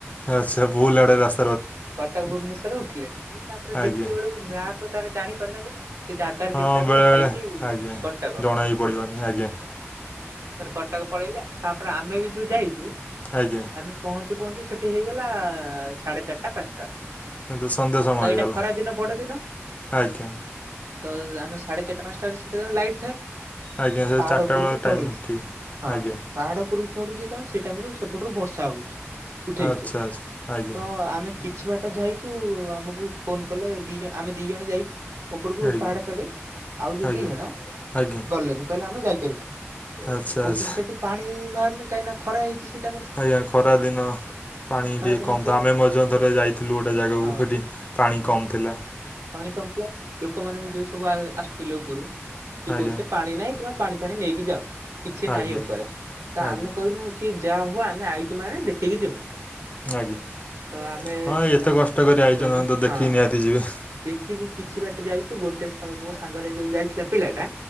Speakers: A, on the left (about 30°); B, on the right (about 80°).
A: ଆଚ୍ଛା ଭୁଲ୍ଆଡେ ରାସ
B: କଟକ ଭୁବନଶ୍ବର ରେ ଉଠିଲେଣି ଇଏ ତାପରେ ଦେଖିଲା
A: ଆଜ୍ଞା
B: ବେଳକୁ ମ୍ୟାପ ତାରେ ଜାଣି ପାରୁନାହାନ୍ତି। ସେ ଜାଗାରେ
A: ହଁ
B: ଦେଖିଲା ବେଳୁ୍କୁ
A: ବେଳେବେଳେ
B: ଲେଖା ହେଇଛି
A: ଆଜ୍ଞା
B: କଟକ
A: ଜଣା
B: ହଁ।
A: ବି ପଡ଼ିବନି ଆଜ୍ଞା
B: ସିଏ ଭାଇ ତାର କଟକ ପଳେଇଲେ ତାପରେ ଆମେ ବି ଯୋଉ ଯାଇଛୁ।
A: ଆଜ୍ଞା।
B: ଆମେ ପହଞ୍ଚୁ ପହଞ୍ଚୁ ସେଠି ହେଇଗଲା ସାଢେ ଚାରିଟା ପାଞ୍ଚଟା।
A: କିନ୍ତୁ ସନ୍ଧ୍ୟା ସମୟ
B: ତ
A: ହେଇଗଲା
B: ଏଇଟା ଖରା ଦିନ ବଡ ଦିନ।
A: ଆଜ୍ଞା
B: ତ ଆମେ ସାଢ଼େ ଚାରିଟା ପାଞ୍ଚଟାରେ ସେଠି ତ ଲାଇଟ୍ ଥାଏ।
A: ଆଜ୍ଞା
B: ଆମେ
A: ସେ
B: ପାହଡ଼
A: ଚାରିଟା
B: ଉପରକୁ
A: ବେଳ
B: ଚଢୁଛୁ
A: ଟାଇମ୍ ଠିକ୍
B: ହଁ।
A: ଆଜ୍ଞା
B: ପାହାଡ ଉପରକୁ ଚଢୁଛୁ ଯେତେବେଳେ ସେ ଟାଇମରୁ ସେପଟୁରୁ ବର୍ଷା ଆଉଛି ଉଠେଇଛେ
A: ଆଚ୍ଛା ଆଚ୍ଛା ଆଜ୍ଞା
B: ତ ଆମେ। କିଛି ବାଟ ଯାଇଛୁ ଆମକୁ ଫୋନ କଲେ ଦି ଜଣ ଆମେ ଦି ଜଣ ଆମେ ଦି ଯାଇଛୁ। ଉପରକୁ
A: ଆଜ୍ଞା
B: ପାହାଡ ଚଢି ଆଉ ଯୋଉ
A: ଆଜ୍ଞା
B: ଦି ଜଣ
A: ଆଜ୍ଞା
B: ଗଲେନି କହିଲେ ଆମେ ଯାଇପାରିବୁନୁ।
A: ଆଚ୍ଛା
B: କହୁଛନ୍ତି
A: ଆଚ୍ଛା
B: ସେଠି ପାଣି ବାହାରୁନି କାହିଁକି ନା ଖରା ହେଇଛି ସେଠି।
A: ଆଜ୍ଞା। ଖରାଦିନ ପାଣି
B: ଖରା
A: ଟିକେ
B: ଦିନ
A: କମ
B: ଥିଲା
A: ତ ଆମେ ମଧ୍ୟ ଥରେ ଯାଇଥିଲୁ
B: ପାଣି
A: ଗୋଟେ ଜାଗାକୁ
B: ହଁ
A: ସେଠି। ପାଣି କମ୍ ଥିଲା।
B: ପାଣି କମ ଥିଲା। ଲୋକମାନେ ବି ଯୋଉ ସବୁ ଆ ଆସୁଥିଲେ ଉପରୁ ସିଏ
A: ଆଜ୍ଞା
B: କହୁଥିଲେ ପାଣି ନାହିଁ ତୁମେ ପାଣି ଫାଣି ନେଇକି ଯାଅ କିଛି ନାହିଁ
A: ଆଜ୍ଞା
B: ଉପରେ ତ
A: ଆଜ୍ଞା
B: ଆମେ କହିଲୁ ସିଏ ଯାହା ହଉ ଆମେ ଆଇଚୁ ମାନେ ଦେଖିକି ଯିମୁ।
A: ଆଜ୍ଞା
B: ତ ଆମେ
A: ହଁ
B: ମେ
A: ଏତେ କଷ୍ଟ କରି ଆଇଛନ୍ତି
B: ଗନୁ
A: ତ
B: ହଁ।
A: <unintelligible>
B: ଦେଖିକି କିଛି ବାଟ ଯାଇଛୁ ଗୋଟେ ସା ମୋ ସାଙ୍ଗରେ ଯୋଉ ଯାଇଥିଲା ପିଲାଟା।